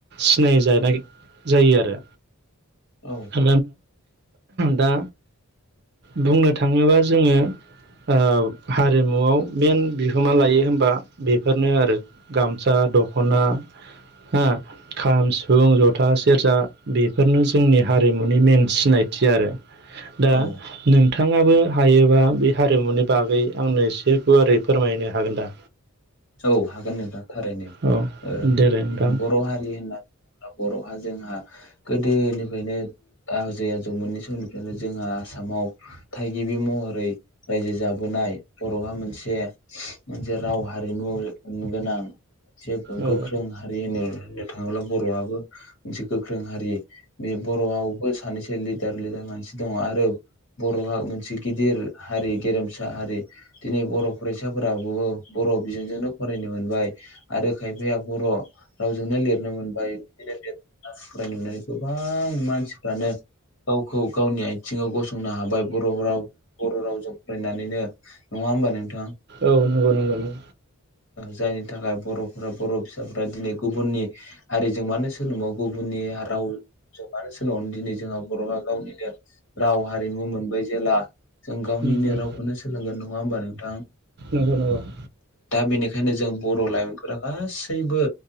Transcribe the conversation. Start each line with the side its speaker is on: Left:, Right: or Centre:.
Right: सिनाय जानाय जायो आरो
Left: औ
Right: <unintelligible> दा बुंनो थाङोबा जोङो ओ हारिमुआव मेन बिहोमा लायो होन बा बेफोरनो आरो गामसा दख'ना हो खाम सिफुं जथा सेरजा बेफोरनो जोंनि हारिमुनि मेन सिनायथि आरो दा
Left: औ
Right: नोंथाङाबो हायोबा बे हारिमुनि बागै आंनो एसे गुवारै फोरमायनो हागोन दा
Left: औ हागोन नोंथां थारैनो
Right: औ
Left: ओ
Right: देलाय नोंथां
Left: बर' हारि होननानै बर'हा जोंहा गोदोनिफ्रायनो आ आजै आजौ मोननै समनिफ्रायनो जोंहा आसामाव थागिबि महरै रायजो जाबोनाय। बर'हा मोनसे मोनसे राव हारिमु गोनां जे
Right: औ
Left: गोख्रों हारिनि होननो थाङोब्ला बर'आबो मोनसे गोख्रों हारि बे बर'आवबो सानैसो लिदार लिदार मानसि दङ आरो बर'हा मोनसे गिदिर हारि गेरेमसा हारि दिनै बर' फरायसाफोराबो बर' बिजोंजोंनो फरायनो मोनबाय आरो खायफाया बर' रावजोंनो लिरनो मोनबाय बिदिनो लिर फरायनोनानै गोबां मानसिफ्रानो गावखौ गावनि आथिङाव गसंनो हाबाय बर' राव बर' रावजों फरायनानैनो होमबा नोंथां
Right: औ नंगौ नंगौ नंगौ
Left: जायनि थाखाय बर'फोरा बर' फिसाफ्रा दिनै गुबुननि हारिजों मानो सोलोंबा गुबुन बे राव जगानो सोल' दिनै जोंहा बर'आ गावनिनो राव हारिमु मोनबाय। जों गावनिनो
Right: उम उम
Left: रावखौनो सोलोंगोन नङा होमबा नोंथां?
Right: नंगौ नंगौ औ
Left: बेनिखायनो जों बर' लाइमोनफोरा गासैबो